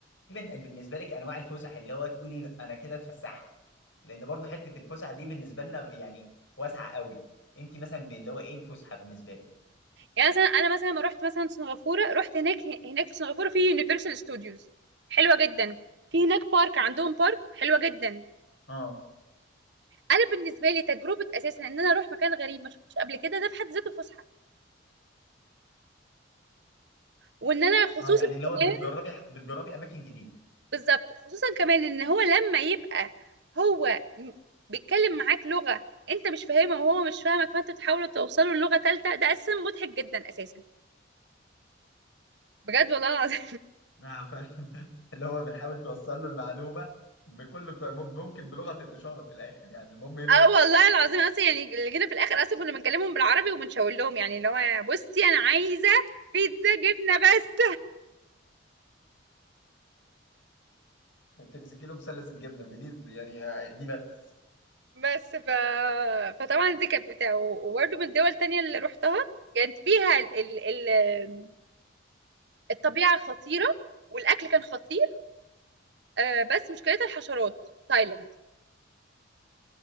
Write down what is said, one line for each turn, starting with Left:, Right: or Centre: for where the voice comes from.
Left: بن- بالنسبه لك انواع الفسح اللي هو تقولي انا كده اتفسحت لان برضه حته الفسحه دي بالنسبه لنا يعني واسعه قوي انت مثلا اللي هو ايه الفسحه بالنسبه لك
Right: يعني مثلا انا مثلا لما رحت مثلا سنغافوره رحت هناك هناك في سنغافوره في يونيفرسال ستوديوز حلوه جدا في هناك بارك عندهم بارك حلوه جدا
Left: اه
Right: انا بالنسبه لي تجربه اساسا ان انا اروح مكان غريب ما شفتوش قبل كده ده في حد ذاته فسحه وان انا خصوصا
Left: اه يعني اللي
Right: كمان
Left: هو بتجربي بتجربي اماكن جديده
Right: <laughs> بالظبط خصوصا كمان ان هو لما يبقى هو م- بيتكلم معاك لغه انت مش فاهمها وهو مش فاهمك فانت تحاولوا توصلوا للغه ثالثه ده اساسا مضحك جدا اساسا بجد والله العظيم
Left: نعم فاهم <laughs> اللي هو بنحاول توصل له المعلومه بكل الط- ممكن بلغه الاشاره في الاخر يعني المهم يفهم
Right: اه والله العظيم اصلا يعني اللي جينا في الاخر اصلا كنا بنكلمهم بالعربي وبنشاور لهم يعني اللي هو بصي انا عايزه بيتزا جبنه بس
Left: تمسكي له مثلث الجبنه بليز يعني آه، دي بس
Right: <laughs> بس ف... فطبعا دي كانت بتاع وبرده من الدول التانية اللي روحتها كانت فيها ال... ال... ال- الطبيعه خطيره والاكل كان خطير آه، بس مشكلتها الحشرات تايلاند